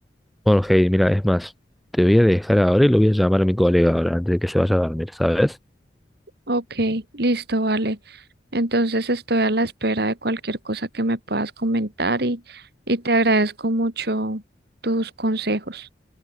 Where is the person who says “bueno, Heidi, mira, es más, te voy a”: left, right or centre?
Centre